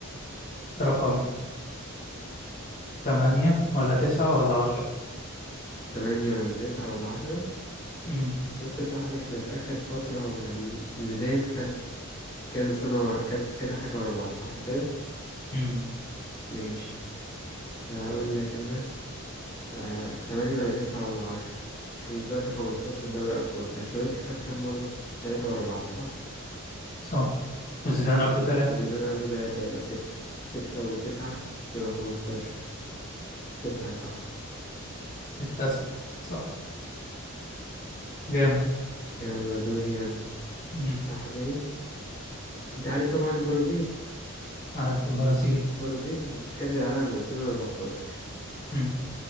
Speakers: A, on the left (about 40°); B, on the left (about 15°).
A: رقم تمانية ولا تسعة ولا عشرة
B: تمانية ولا تسعة ولا عشرة؟
A: امم
B: بص يا صاحبي احنا في آخر فترة يعني زيدان خد كذا سنة ورا كذا كذا حاجة ورا بعض صح كده؟
A: امم
B: ماشي هقول لك أنا آه، تمانية ولا تسعة ولا عشرة احنا دلوقتي خمستاشر دوري أبطال أنشيلوتي خد كام مرة؟ تلاتة ورا بعض صح؟
A: صح وزيدان قبله تلاتة
B: زيدان قبله تلاتة يبقى ستة ستة وتسعة يبقى خمستاشر تسعة صح
A: التاسع صح جامد
B: يلا دوري أنا
A: امم
B: صح كده؟ أنت عارف طبعا البرازيل
A: عارف البرازيل
B: البرازيل في كأس العالم ألفين وأربعتاشر
A: امم